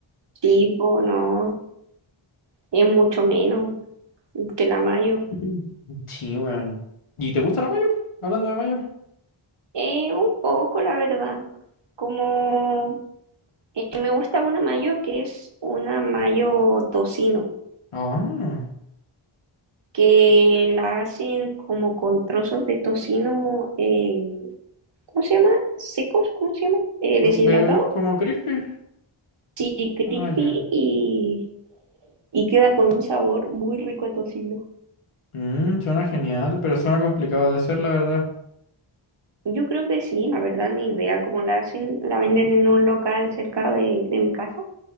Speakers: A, on the right; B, on the left.
A: Sí, pues no. Es mucho menos que la mayo.
B: <clears throat> weón. Sí, weón. ¿Y te gusta la mayo? Hablando de mayo.
A: Eh, un poco, la verdad. Como eh, me gusta una mayo que es una mayo tocino,
B: Ah,
A: que la hacen como con trozos de tocino, eh, ¿cómo se llama? Secos, ¿cómo se llama? Eh,
B: o-
A: deshidratado.
B: ¿es como crispy?
A: Sí, crispy
B: Ah, ya.
A: y, y queda con un sabor muy rico a tocino.
B: Mm, suena genial, pero suena complicado de hacer, la verdad.
A: Yo creo que sí, la verdad, ni idea cómo la hacen. La venden en un local cerca de, de mi casa